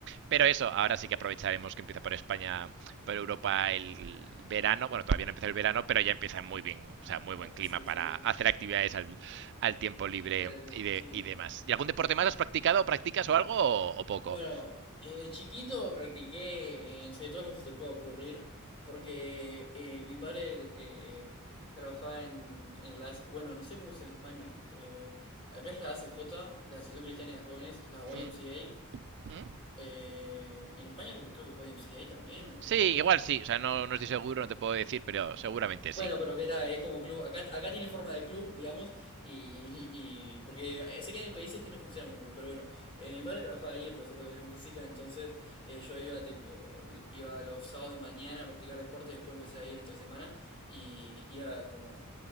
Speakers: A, on the right (about 55°); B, on the left (about 25°).
A: Pero eso, ahora sí que aprovecharemos que empieza por España, por Europa el verano. Bueno, todavía no empieza el verano, pero ya empieza muy bien, o sea, muy buen
B: Ay,
A: clima
B: Sí,
A: para
B: sí.
A: hacer actividades al, al tiempo libre
B: Eh,
A: y, de,
B: Sí.
A: y demás. ¿Y algún deporte más has practicado, practicas o algo o, o poco?
B: Bueno, eh, de chiquito practiqué, eh, no sé, todo lo que se te pueda ocurrir, porque eh, mi padre eh, trabajaba en, en la ACJ, bueno, no sé cómo se dice en España, eh, acá es la ACJ, la Asociación Cristiana de Jóvenes, la
A: ¿Mm?
B: YMCA,
A: ¿Mm?
B: eh, en España creo, creo que es YMCA también, o
A: Sí,
B: cómo?
A: igual sí, o sea, no, no estoy seguro, no te puedo decir, pero seguramente
B: Bueno,
A: sí.
B: pero ¿qué tal? Es como club. Acá, acá tiene forma de club, digamos, y, y- porque sé que hay países que no funcionan como club, pero bueno, eh, mi padre trabajaba ahí, es profesor de educación física, entonces eh, yo iba tipo, iba los sábados de mañana a practicar deporte, después empecé a ir entre semana y iba como